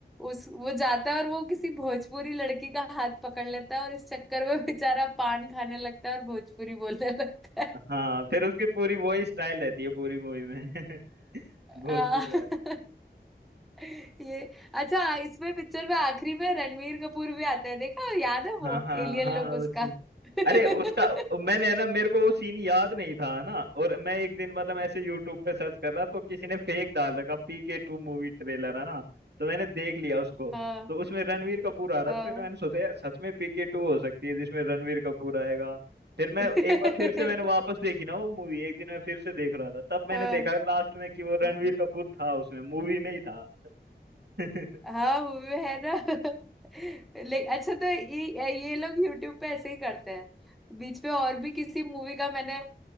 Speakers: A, in the centre; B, on the right.
A: उस वो जाता है और वो किसी भोजपुरी लड़की का हाथ पकड़ लेता है और इस चक्कर में बेचारा पान खाने लगता है और भोजपुरी बोलने लगता है
B: हाँ फिर उसकी पूरी वही स्टाइल रहती है पूरी मूवी में <laughs> भोजपुरी
A: हाँ <laughs> ये अच्छा इसमें पिक्चर में आखिरी में रणवीर कपूर भी आता है देखा याद है वो
B: हाँ हाँ
A: एलियन
B: हाँ
A: लुक
B: वो
A: उसका
B: सीन
A: <laughs>
B: अरे उसका मैंने है ना मेरे को वो सीन याद नहीं था ना और मैं एक दिन मतलब ऐसे यूट्यूब पे सर्च कर रहा तो किसी ने फेक डाल रखा पी के टू मूवी ट्रेलर है ना तो मैंने देख लिया उसको
A: हाँ
B: तो उसमें रणवीर कपूर आ रहा
A: हाँ
B: था फिर मैंने सोचा यार सच में पी के टू हो सकती है जिसमें रणवीर कपूर आएगा फिर मैं
A: <laughs>
B: एक बार फिर से मैंने वापस देखी ना वो मूवी एक दिन मैं फिर से देख रहा था तब मैंने
A: हाँ
B: देखा लास्ट में कि वो रणवीर
A: हाँ।
B: कपूर था उसमें मूवी में ही था <laughs>
A: हाँ हुए है ना <laughs> ले अच्छा तो ये ये लोग यूट्यूब पे ऐसे ही करते हैं बीच पे और भी किसी मूवी का मैंने